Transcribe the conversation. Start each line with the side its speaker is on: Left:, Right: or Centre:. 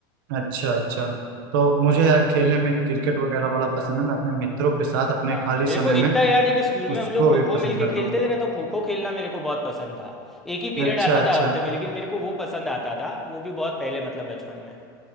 Right: अच्छा अच्छा तो मुझे यार खेलने में क्रिकेट वगैरह बड़ा पसंद है मैं अपने मित्रों के साथ अपने
Centre: हाँ
Right: खाली
Centre: मेरे
Right: समय
Centre: को इतना
Right: में
Centre: याद है कि स्कूल
Right: उसको
Centre: में हम लोग खो
Right: भी
Centre: खो
Right: पसंद
Centre: मिलके
Right: करता
Centre: खेलते
Right: हूँ
Centre: थे ना तो खो खो खेलना मेरे को बहुत पसंद था एक ही पीरियड
Right: अच्छा
Centre: आता
Right: अच्छा
Centre: था हफ्ते में लेकिन मेरे को वो पसंद आता था वो भी बहुत पहले मतलब बचपन में